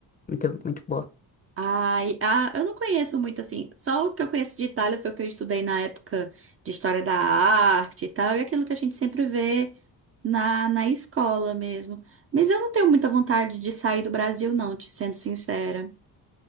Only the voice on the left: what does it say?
Muito, muito boa.